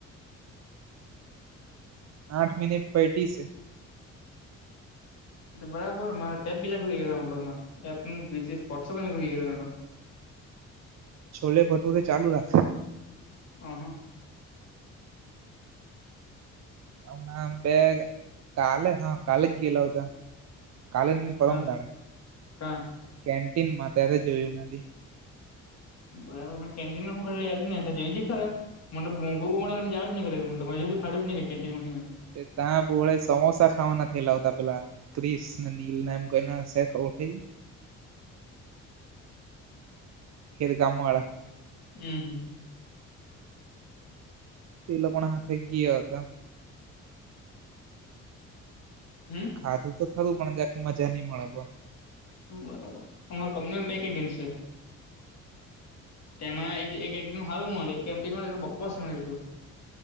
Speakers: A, on the right; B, on the left.
A: આઠ મિનિટ પૈટી સે.
B: બરાબર મારા ટેપ બીજા ખુલી ગેયા મતલબ મા એપ વોસઅપ ન ખૂલી ગયા તો.
A: છોલે ભટુરે ચાલુ રાખા.
B: આહા.
A: હમણા બેગ કાલે હા કાલે જ ગીલ હોતા કાલે. પરમ
B: કા
A: દાડે
B: કા
A: કેન્ટીનમાં ત્યારે જોયું મે ભી.
B: બરાબર મને કેન્ટીનને ખે યાદ નહી તો જોઈ દે ખરા મને <inaudible> મળેને જ જ ન ખે ખાદુ નહિ કેન્ટિન માથી મે.
A: ત્યાં ભોળ સમોસા ખાવાના થઈલા હોતા પેલા તિસ નીલ ના એમ કોના શેર થ ગયા. એ તો ગામ વાળા.
B: હમ હમ.
A: તે લોકો હાથે ગીયા હતા.
B: હમ.
A: ખાધું તો ખરું પણ મજાક મજા નહી મળે.
B: બરાબર અમારો કંપની બેકન્ડિમ છે. તેમાં એક એક નુ હારું મળે કેન્ટિન વારા બકવાસ મળે એટલું